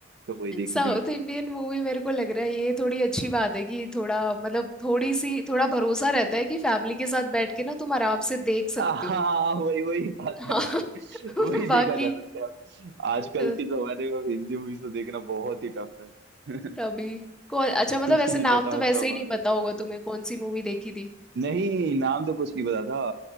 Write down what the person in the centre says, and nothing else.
साउथ
इंडियन मूवी मेरे को लग रहा है ये थोड़ी अच्छी बात है कि थोड़ा मतलब थोड़ी सी थोड़ा भरोसा रहता है कि फैमिली के साथ बैठ के ना तुम आराम से देख सकते
हो
हाँ
<laughs>
बाकी
तो
तभी को अच्छा मतलब
ऐसे
नाम
तो वैसे
ही नहीं
पता
होगा
तुम्हें कौन सी मूवी देखी थी